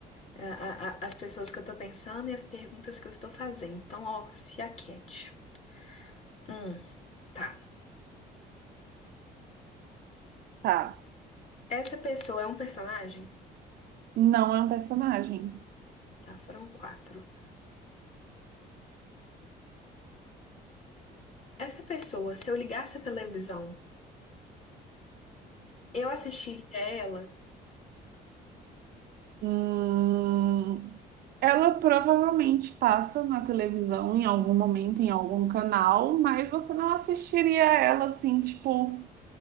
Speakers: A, on the left; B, on the right.
A: a- a- a- as pessoas que eu tô pensando e as perguntas que eu estou fazendo. Então, ó, se aquete. Hum, tá.
B: Tá.
A: Essa pessoa é um personagem?
B: Não é um personagem.
A: Tá, foram quatro. Essa pessoa, se eu ligasse a televisão Eu assistiria ela.
B: Hum, Ela provavelmente passa na televisão em algum momento, em algum canal, mas você não assistiria ela assim, tipo.